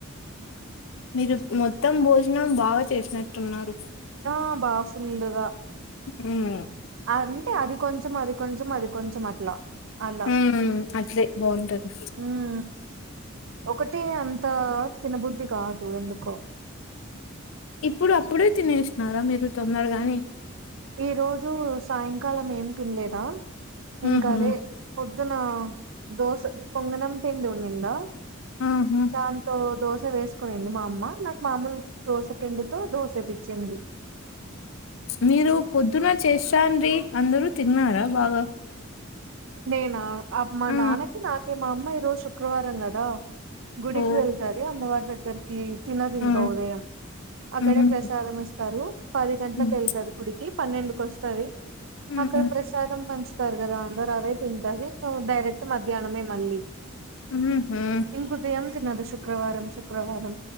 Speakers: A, on the left (about 65°); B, on the right (about 65°).
A: మీరు మొత్తం భోజనం బాగా చేసినట్టున్నారు
B: ఓ బ ఫుల్లుగా
A: హ్మ్
B: ఆ అంటే అది కొంచెం అది కొంచెం అది కొంచెం అట్లా అలా
A: హ్మ్ అట్లే బాగుంటది
B: హ్మ్ ఒకటి త తిన బుద్ది కాదు ఎందుకో
A: ఇప్పుడు అప్పుడే తినేసినారా మీరు తొందరగానే
B: ఈ రోజు సాయంకాలం ఏం తినలేద ఇంకా
A: ఉహు
B: అదే పొద్దున దోస పొంగనం పిండి ఉందా
A: ఉహు
B: దాంతో దోశ వేసుకునింది మా అమ్మ నాకు మా అమలు దోశ పిండితో దోసే పిచ్చింది
A: మీరు పొద్దున్న చేశాంది అందరు తిన్నారా బాగా
B: నేనా మా
A: ఆ
B: నాన్నకి నాకే మా అమ్మ ఈరోజు శుక్రవారం కదా గుడికి
A: ఓ
B: వెళ్తాది అమ్మవారి దగ్గరికి తినదు ఇంకా
A: ఆ
B: ఉదయం అక్కడే
A: హ్మ్
B: ప్రసాదం
A: హ్మ్
B: ఇస్త రు పది గంటలకి
A: హ్మ్
B: వెళ్తారు గుడికి పన్నెండుకి వస్తది
A: హ్మ్
B: అక్కడ ప్రసాదం పంచ్ స్తారు కదా అందరు అవే తింటది డైరెక్ట్ మధ్యానమే మళ్ళీ
A: ఉహ్మ్హా
B: ఇంక ఉదయం తినదు శుక్రవారం శుక్రవారం